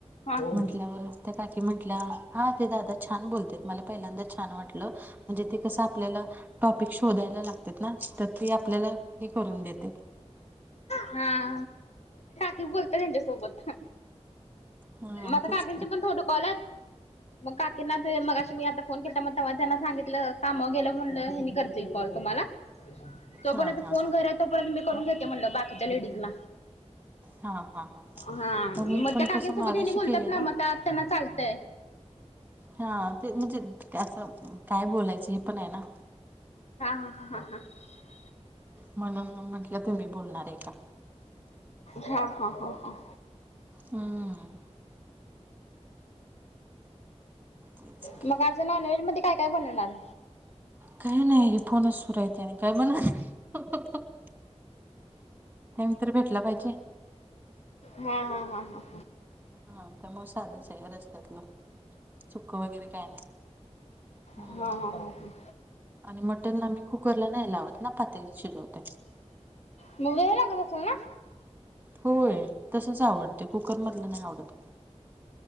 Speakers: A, on the left; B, on the right.
A: हा. हा
B: म्हंटल्यावर त्या काकी म्हटल्या हा, ते दादा छान बोलतेत मला पहिल्यांदा छान वाटलं. म्हणजे ते, कसं आपल्याला. टॉपिक शोधायला लागत्यात ना, तर ते आपल्याला हे करून देते.
A: हां. ती बोलत्यात हेच्या सोबत.
B: हा
A: मग
B: तेच
A: काकीनचे
B: की
A: पण थोडं कॉल येत. मग काकींना ते मगाशी मी आता फोन केलाता मग तवा त्यांना सांगितलं, कामावर गेलं म्हणल हेनी करतील. ते कॉल तुम्हाला. जो
B: हा
A: पर्यंत
B: हा
A: फोन
B: हा
A: घरी आहे तो पर्यंत, मी करून घेते म्हणलं बाकीच्या लेडीजला.
B: हा हा
A: हा
B: मी
A: मग
B: पण
A: त्या काकीन
B: कसं
A: सोबत
B: मागाशी
A: हेनी बोलत्यात
B: केलेला
A: ना, मग त्या त्यांना चालतंय.
B: हा ते म्हणजे, असं काय बोलायचं हे पण आहे ना.
A: <inaudible>
B: म्हणून मग म्हटलं, तुम्ही बोलनाराय का.
A: हा हा हा हा.
B: हम्म. तेच की
A: मग आज नॉनव्हेज मध्ये काय काय बनवणार.
B: काय नाही हे फोनच सुर हायती, आणि काय बनव <inaudible> टाइम तर भेटला पाहिजे
A: हा हा हा हा.
B: हा तर मग साधच आहे रस्त्यातलं, चुक वगैरे काय नाही. हम्म
A: हा हा हा हा.
B: आणि मटन आम्ही, कुकर ला नाही लावत. ना पातेलीत शिजवते
A: मग वेळ लागतं असल ना.
B: होय तसंच आवडतय, कुकर मधलं नाही आवडत.